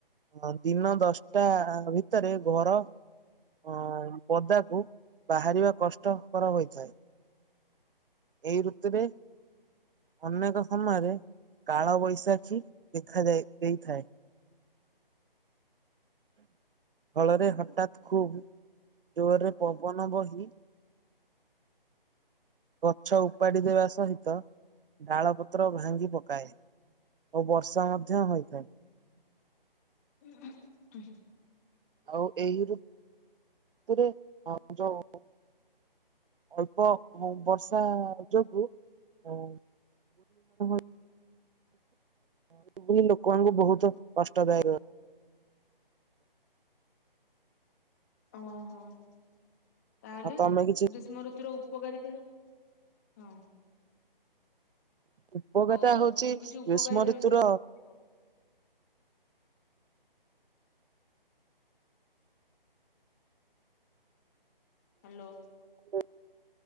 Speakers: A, on the right; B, on the left.
A: ଅଁ ଦିନ ଦଶଟା ଭିତରେ ଘର ଅଁ ପଦାକୁ ବାହାରିବା କଷ୍ଟକର ହୋଇଥାଏ। ଏଇ ଋତୁରେ ଅନେକ ସମୟରେ କାଳବୈଶାଖୀ ଦେଖାଯାଏ ଦେଇଥାଏ। ଫଳରେ ହଠାତ୍ ଖୁବ ଜୋରରେ ପବନ ବହି ଗଛ ଉପାଡ଼ି ଦେବା ସହିତ ଡ଼ାଳ ପତ୍ର ଭାଙ୍ଗି ପକାଏ। ଓ ବର୍ଷା ମଧ୍ୟ ହୋଇଥାଏ।
B: ଉହୁଁ ଉଁ
A: ଆଉ ଏହି ଋ ତୁରେ <unintelligible> ଅଳ୍ପ ହୋ ବର୍ଷା ଯୋଗୁ ଅଁ <unintelligible> <unintelligible> ଲୋକମାନଙ୍କୁ ବହୁତ କଷ୍ଟଦାୟକ।
B: ଓହୋ ତାହେଲେ
A: ଆଉ ତମେ କିଛି
B: ଗ୍ରୀଷ୍ମ ଋତୁୁର ଉପକାରିତା? ହଁ।
A: ଉପକାରିତା
B: ହଉ
A: ହଉଛି
B: ମୁଁ କିଛି
A: ଗ୍ରୀଷ୍ମ
B: ଉପକାରିତା
A: ଋତୁର
B: ବିଷୟରେ କହୁଛି ଆଉ। ହାଲୋ
A: ହ